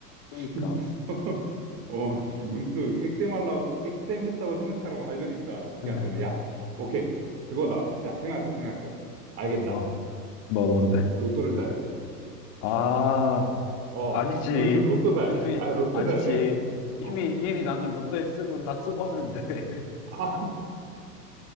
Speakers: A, on the left; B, on the right.
A: 그러니까.
B: <laughs> 어, 지금 문득 액땜하려고, 액땜했다고 생각하라고 하려니까 그게
A: 음,
B: 안 되네. 야, 오케이. 그거다. 야, 생각났어, 생각났어. 알겠다.
A: 뭐, 뭐 뭔데?
B: 로또를 사야 돼.
A: 아,
B: 어,
A: 아니지.
B: 우리 집 로또 사야
A: 이미
B: 돼. 아, 로또
A: 아니지.
B: 사야 돼.
A: 이미
B: 어,
A: 이미 나는 로또에 쓸 돈 다 쓰고 왔는데. <laughs>
B: 아,